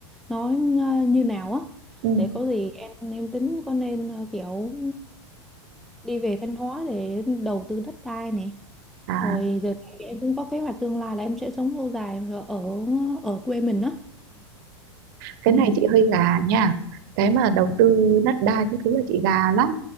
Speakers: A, in the centre; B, on the right.
A: nó ờ, như nào á
B: Ừ.
A: để có gì em em tính có nên ờ, kiểu đi về Thanh Hóa để đầu tư đất đai nè
B: à
A: rồi giờ em cũng có kế hoạch tương lai là em sẽ sống lâu dài ở ở quê mình đó
B: cái
A: Ừ.
B: này chị hơi gà nha cái mà đầu tư đất đai cái thứ là chị gà lắm